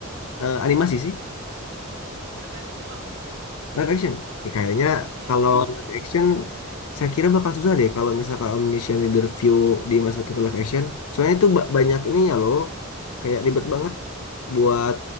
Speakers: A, on the left (about 80°); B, on the right (about 50°).
A: eh, animasi sih
B: Live action sih Bang.
A: live action Ya, kayaknya
B: Iya
A: kalau
B: Bang.
A: live action saya kira bakal susah deh kalau misalkan Omniscient Reader View dimasukin ke live action soalnya itu ba- banyak ininya loh kayak ribet banget buat